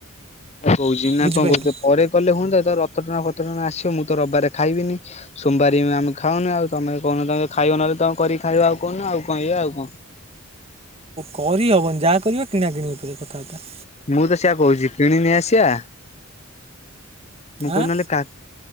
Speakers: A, on the left; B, on the right.
A: କହୁଛି ନା
B: ବୁଝିପାରିଲୁ
A: କଣ କରୁଚ? ପରେ କଲେ ହୁଅନ୍ତା ଏ ତ ରଥଟଣା ଫଥଟଣା ଆସିବ ମୁଁ ତ ରବିବାରେ ଖାଇବିନି। ସୋମ୍ବାରୀ ଆମେ ଖାଉନୁ ଆଉ ତମେମାନେ କହୁନୁ ତମେ ଖାଇବ ନହଲେ ତମେ କରିକି ଖାଇବା ଆଉ କହୁନୁ ଆଉ କଣ ଏଇଆ ଆଉ କଣ।
B: କରିହବନି ଯାହା କରିବା କିଣା କିିଣି ଭିତରେ କଥାବାର୍ତ୍ତା।
A: ମୁଁ ତ ସେଆ କହୁଛି କିଣିନେଇ ଆସିବା ମୁଁ କହୁଚି
B: ଆଁ
A: ନହେଲେ କା